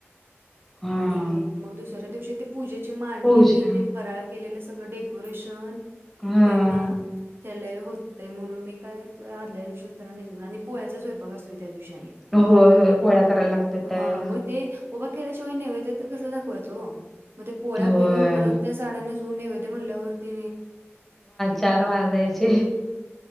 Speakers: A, in the centre; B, on the right.
A: हा
B: आणि मग दुसऱ्या दिवशी ते पूजेची मांडणी
A: पूजा
B: ते फराळ केलेलं सगळं डे कोरेशन
A: हा
B: त्यांना त्यालेय होतंय म्हणून मी काय करतोय आदल्या दिवशी त्याला नसून आणि पोळ्याचा स्वयंपाक असतोय त्या दिवशी आणि
A: होय होय पोळ्या करायला लागतात त्यावेेळेला.
B: हां मग ते उभा केल्याशिवाय नैवेद्य तर कस दाखवायचं मग ते पोळ्या
A: होय
B: करून परत त्या. साड्या नेसून नैवेद्य म्हटल्यावरती.
A: चार वाजायचे